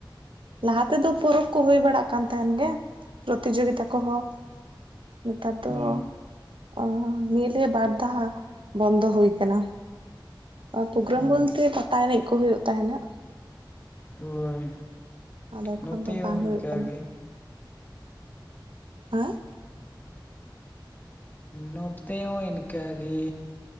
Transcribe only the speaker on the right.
ᱞᱟᱦᱟ ᱛᱮᱫᱚ ᱯᱚᱨᱚᱵᱽ ᱠᱚ ᱦᱩᱭ ᱵᱟᱲᱟᱜ ᱠᱟᱱ ᱛᱟᱦᱮᱱ ᱜᱮ ᱯᱨᱚᱛᱤᱡᱳᱜᱤᱛᱟ ᱠᱚᱦᱚᱸ ᱱᱮᱛᱟᱨ ᱫᱚ
ᱚ ᱱᱤᱭᱟᱹᱞᱤᱭᱟᱹ ᱵᱟᱨ ᱫᱷᱟᱣ ᱵᱚᱱᱫᱚ ᱦᱩᱭ ᱠᱟᱱᱟ ᱟᱨ ᱯᱨᱳᱜᱨᱟᱢ
ᱵᱚᱞᱛᱮ ᱯᱟᱛᱟ ᱮᱱᱮᱡ ᱠᱚ ᱦᱩᱭᱩᱜ ᱛᱟᱦᱮᱱᱟ
ᱟᱫᱚ ᱮᱠᱷᱚᱱ
ᱫᱚ ᱵᱟᱝ
ᱦᱩᱭᱩᱜ ᱠᱟᱱᱟ
ᱦᱟᱸ